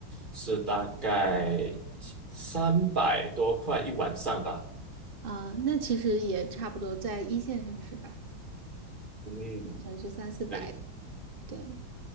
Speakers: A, on the right; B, on the right.
A: 是大概三百多块一晚上吧。
B: 啊、那其实也差不多，在一线城市吧，
A: 嗯，
B: 城市三四百，
A: 对。
B: 对。